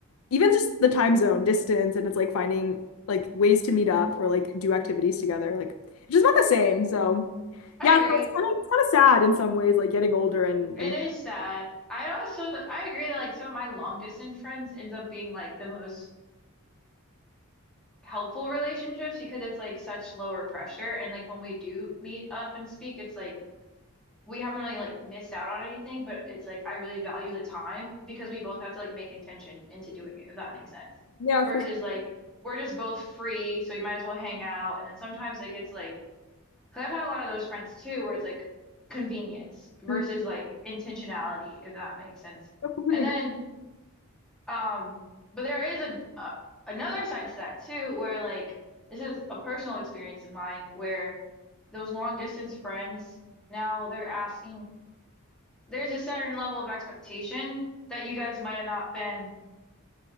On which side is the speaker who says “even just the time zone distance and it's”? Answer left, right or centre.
Left